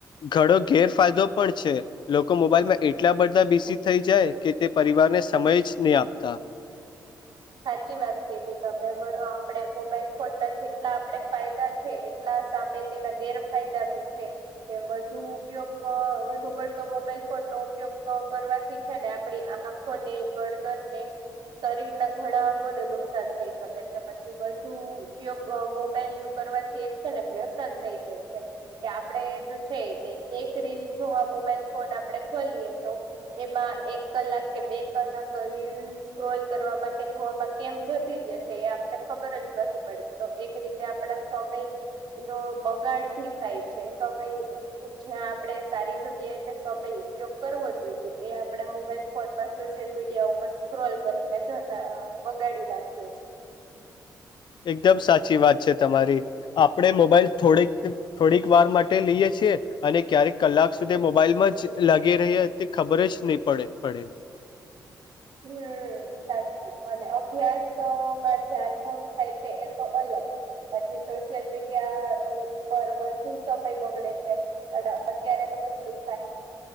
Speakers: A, on the left; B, on the right.
A: ઘડો ગેરફાયદો પણ છે, લોકો મોબાઈલમાં એટલા બધા બીસી થઈ જાય કે તે પરિવાર ને સમય જ નહીં આપતા.
B: <inaudible> સાચી વાત કીધી તમે અમે આપડે મોબાઈલ ફોન ના જેટલા આપડે ફાયદા છે એટલા મે તેના ગેરફાયદા છે, કે વધુ ઉપયોગ વધુ પડતો મોબાઈલ ફોન નો ઉપયોગ કરવાથી છે ને આપણી આંખોને ગરદનને, શરીર ના ઘણા અંગોને નુકસાન થઈ શકે છે, પછી બુ ઉપયોગ મોબાઈલ નું કરવાથી એક ને વ્યસાન થઈ જવું છે, કે આપણે જો છે કે એક રીલ જોવા મોબાઈલ ફોન આપ ખોલીએ તો એમાં એક કલાક કે બે કલાક રીલ સ્ક્રોલ કરવા કે જોવામાં કેમ જતી ર છે એ આપને ખબર જ નથી પડીતી તો એક રીતે આપડા સમય એ ન બગાડ ભી થાય છે સમય જ્યાં આપડે સારી જગ્યાએ છે સમ ઉપયોગ કરવો જોઈએ એ આપણે મોબાઈલ ફોનમાં સોશિયલ મીડિયા ઉપર સ્ક્રોલ કરીને જણ બગાડ લખ્યું છે.
A: એકદમ સાચી વાત છે, તમારી આપણે મોબાઈલ થોડીક થોડીક વાર માટે લઈએ છેએ. અને ક્યારેક કલાક સુધી મોબાઈલમાં જ લાગી રહી તે ખબર જ નહી પડે પડે.
B: હ. સાચું અને અભ્યાસમાં ધ્યાન ભંગ થાય છે એ તો અલગ પછી સોશિયલ મીડિયા પર વધુ સમય બગડે છે, અને અત્યારે સાયબ ક્રમ